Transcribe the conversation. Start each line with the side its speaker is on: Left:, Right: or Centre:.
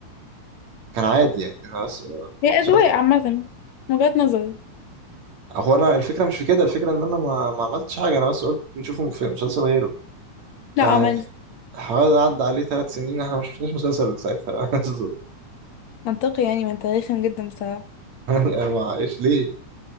Right: كان عادي يعني انا بس
Left: هي
Right: مش
Left: اذواق
Right: عارف
Left: عامة من وجهة نظري
Right: هو انا الفكرة مش في كده الفكرة ان انا ما, ما عملتش حاجة انا بس قلت نشوفه في مسلسل غيره
Left: لا
Right: فيعني
Left: عملت
Right: حوالي عدى عليه ثلاث سنين احنا ما شفناش مسلسل ساعتها <laughs>
Left: منطقي يعني ما انت رخم جدا بصراحة
Right: يعني ما ايش ليه